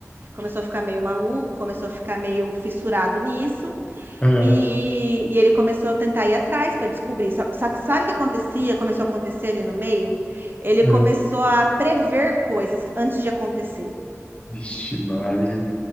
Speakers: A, on the right (about 40°); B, on the left (about 25°).
A: começou a ficar meio maluco, começou a ficar meio fissurado nisso.
B: É, é,
A: E, e ele começou a tentar ir atrás para descobrir. Só, só que sabe o que acontecia? Começou a acontecer ali no meio? Ele
B: é.
A: começou a prever coisas antes de acontecer.
B: Vixe, Maria.